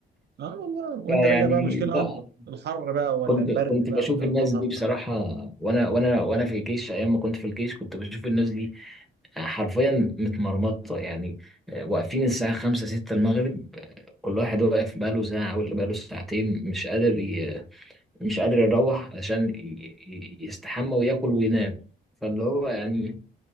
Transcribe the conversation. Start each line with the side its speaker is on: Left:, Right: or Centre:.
Right: اه والله
Centre: فيعني
Right: وانت راجع بقى مشكله
Centre: لا
Right: اكبر الحر بقى ولا
Centre: كنت
Right: البرد
Centre: كنت
Right: بقى
Centre: بشوف
Right: ولا
Centre: الناس
Right: المطر
Centre: دي بصراحة
Right: بقى
Centre: وأنا وأنا وأنا في الجيش أيام ما كنت في الجيش كنت بشوف الناس دي حرفيا متمرمطة يعني آه، واقفين الساعة خمسة ستة المغرب كل واحد واقف بقاله ساعة واللي بقاله ساعتين مش قادر ي... مش قادر يروح عشان ي... ي- يستحمى وياكل وينام فاللي هو يعني
Right: مم.